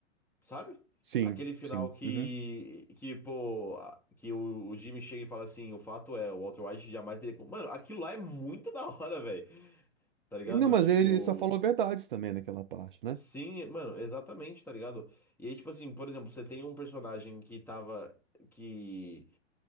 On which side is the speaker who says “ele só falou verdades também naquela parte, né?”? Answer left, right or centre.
Right